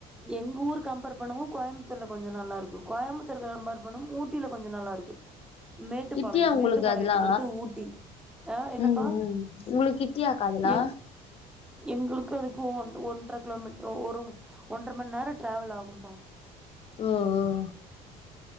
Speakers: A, in the centre; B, on the left.
A: எங்க ஊரு கம்பேர் பண்ணவு கோய்ம்ப்த்தூர்ல கொஞ்சோ நல்லாருக்கு கோய்ம்பத்தூருக்கு கம்பேர் பண்ணவு ஊட்டில கொஞ்சோ நல்லாருக்கு மேட்டுப்பாளையம்
B: கிட்டியா உங்களுக்கு
A: மேட்டுப்பாளையத்துக்கு
B: அதெல்லா
A: அடுத்து ஊட்டி அ என்னப்பா
B: ம் ம் உங்களுக்கு கிட்டியாக்கா அதெல்லா
A: எங் எங்களுக்கு அதுக்கு ஒன் ஒன்ற கிலோமீட்டரு ஒரு ஒன்ற மண் நேர டிரவல் ஆகும்பா
B: ம் ம்